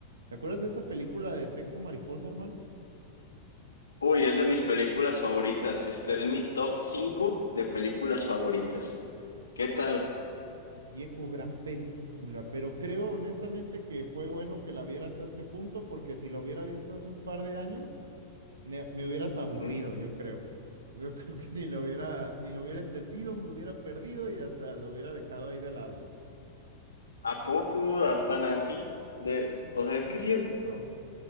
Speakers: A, on the right (about 70°); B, on the left (about 80°).
A: ¿Te acuerdas de esta película de Efecto Mariposa, hermano?
B: Uy, es de mis películas favoritas. Este es mi top 5 de películas favoritas. ¿Qué tal?
A: Viejo, gran película, pero creo honestamente que fue bueno que la viera hasta este punto, porque si la hubiera visto hace un par de años, ne- me hubiera hasta
B: Ujú.
A: aburrido, yo creo. Yo <laughs> creo que ni lo hubiera, ni lo hubiera entendido, me hubiera perdido y hasta lo hubiera dejado ahí de lado.
B: ¿A poco a- tan así? De,
A: Sí,
B: o sea, es
A: te
B: que
A: soy
B: sí, es-
A: honesto.